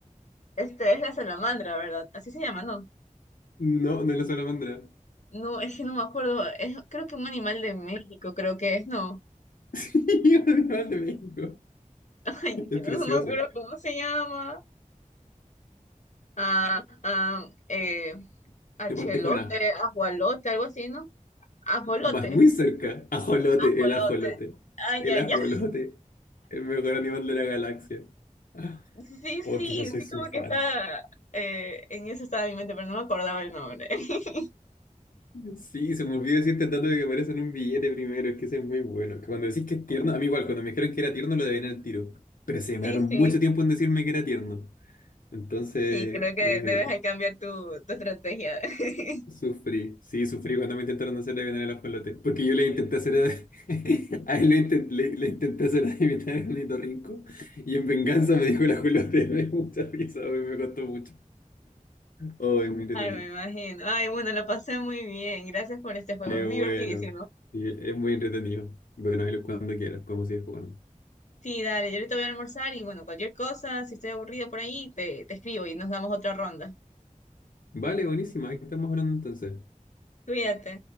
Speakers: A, on the left; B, on the left.
A: Este es la salamandra, ¿verdad? Así se llama, ¿no?
B: No, no es la salamandra.
A: No, es que no me acuerdo. Es, creo que un animal de México, creo que es, no.
B: <laughs> Es un animal <laughs> de México.
A: <laughs>
B: Es precioso.
A: Ay, no me acuerdo cómo se llama. a, a, eh, a achelote,
B: Y Aparte con A.
A: ajualote, algo así, ¿no? Ajolote,
B: Vas muy cerca. Ajolote,
A: ajolote,
B: el ajolote.
A: ay,
B: El
A: ay,
B: ajolote.
A: ay.
B: El mejor animal de la galaxia. Ah,
A: <laughs> Sí, sí,
B: Oh, que yo soy
A: sí,
B: su
A: como
B: fan.
A: que está, eh, en eso estaba mi mente, pero no me acordaba el nombre. <laughs>
B: Sí, se me olvidó decirte el dato de que aparece en un billete primero. Es que ese es muy bueno. Que cuando decís que es tierno, a mí igual, cuando me dijeron que era tierno lo adiviné al tiro. Pero se demoraron
A: Sí, sí,
B: mucho tiempo en decirme que era tierno. Entonces,
A: sí, creo que
B: eh,
A: debes ahí cambiar tu, tu estrategia. <laughs>
B: Sufrí, sí, sufrí cuando me intentaron hacer adivinar el ajolote. Porque yo le intenté hacer a, <laughs> a él le, inten- le- le intenté hacer adivinar el ornitorrinco y en venganza me dijo el ajolote. <laughs> Me dio mucha risa, güey, me costó mucho. Oh, muy entretenido.
A: Ay, me imagino. Ay, bueno, lo pasé muy bien. Gracias por este juego,
B: Qué
A: es
B: bueno.
A: divertidísimo.
B: Sí, es muy entretenido. Bueno, ahí lo- cuando quieras, podemos ir jugando.
A: Sí, dale, yo ahorita voy a almorzar y bueno, cualquier cosa, si estoy aburrido por ahí, te, te escribo y nos damos otra ronda.
B: Vale, buenísima, ahí estamos hablando entonces.
A: Cuídate.